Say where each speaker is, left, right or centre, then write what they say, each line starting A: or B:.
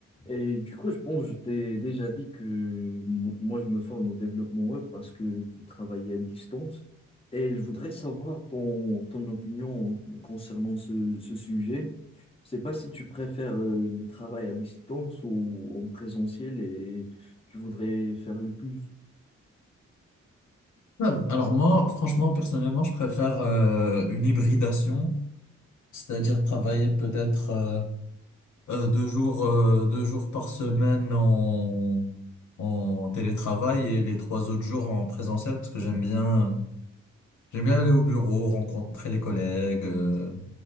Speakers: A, on the left (about 20°); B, on the left (about 70°).
A: Et du coup, je pense que je t'ai déjà dit que mo- moi, je me forme au développement web parce que je veux travailler à distance. Et je voudrais savoir ton, ton opinion concernant ce, ce sujet. Je sais pas si tu préfères euh, le travail à distance ou en présentiel et tu voudrais faire le plus.
B: Hum, Alors moi, franchement, personnellement, je préfère euh, une hybridation, c'est-à-dire travailler peut-être euh, euh, deux jours, euh, deux jours par semaine en, en télétravail et les trois autres jours en présentiel parce que j'aime bien, j'aime bien aller au bureau, rencontrer les collègues, euh,